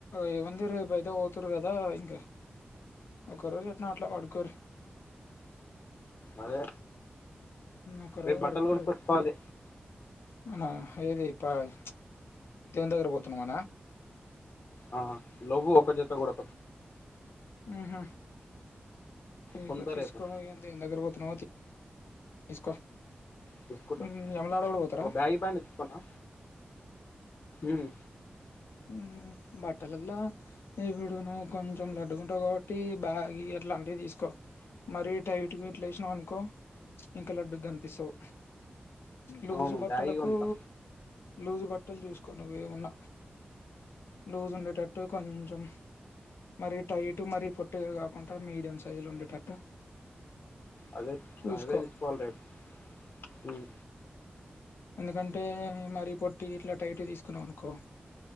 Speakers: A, on the left; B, on the left.
A: ఏముంది రేపైతే పోతురు కదా ఇంగ ఒకరోజు ఎన్లో ఆట్లా పడుకోర్రి
B: అదే
A: ఒక రోజు
B: రేపు బట్టలు
A: పడుకుంటె
B: కొనుక్కొచ్చుకోవాలి
A: ఐపోయే అవునా ఏది ప్ప ప్చ్ దేవున్ దగర్ పోతు నమానా
B: ఆ నువ్వు ఒక జత గూడా
A: ఆహా తీసుకొ
B: కొంత
A: తీసుకో
B: రేపు
A: ఇగ దేవున్ దగ్గరపోతున్నావ్ తీసుకో
B: తీసుకుంటా
A: ఉమ్, యమలాడ కూడా పోతారా
B: ఒక బ్యాగి ప్యాంట్ ఇసుకున్నా ఊమ్
A: ఉమ్ బట్టలల్ల ఇప్పుడు నువు కొంచెం లడ్డుగుంటావు గాబట్టి బ్యాగీ అట్లాంటి తీసుకో మరి టైట్ ఇట్లేషినుకో ఇంకా లడ్డు గనిపిస్తవ్ లూజు
B: అవును
A: బట్టలకు
B: బ్యాగి కొంటా
A: లూజు బట్టలు దీసుకో నువ్వేవున్న లూజ్ ఉండేటట్టు కొంచెం మరి టైట్ మరి పొట్టిగా గాకుండా మీడియం సైజు లో ఉండేటట్టు
B: అదే
A: చూసుకో
B: అవే తీసుకోవాలి రేప్ ఉమ్
A: ఎందుకంటే మరి పొట్టి ఇట్లా టైట్ తీసుకున్నావు అనుకో